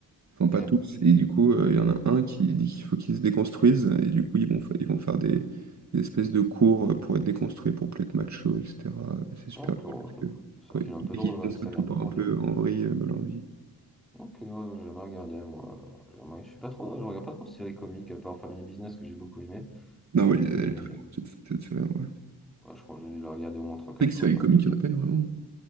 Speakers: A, on the right; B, in the centre.
A: Enfin,
B: Ok.
A: pas tous. Et du coup, euh, il y en a un qui dit qu'il faut qu'ils se déconstruisent. Et du coup, ils vont, fa- ils vont faire des, des espèces de cours pour être déconstruits, pour plus être macho, etc. Et c'est super
B: Donc, oh,
A: cool parce
B: ça-
A: que quand
B: c'est un
A: ils,
B: film un peu
A: dès
B: drôle,
A: qu'ils
B: ouais,
A: font
B: une
A: ça,
B: série
A: tout
B: un
A: part
B: peu drôle.
A: un peu en vrille euh, dans leur vie.
B: Ok, ouais, j'ai jamais regardé, moi. J'ai Jamais... Je suis pas trop... Je regarde pas trop de séries comiques, à part Family Business que j'ai beaucoup aimé.
A: Non, ouais, elle
B: Mais
A: est très drôle, cette, cette série. Ouais. C'est
B: ouais, je crois que j'ai dû le regarder au moins trois quatre
A: vrai que série
B: fois, ouais,
A: comique,
B: tellement.
A: il n'y en a pas énormément.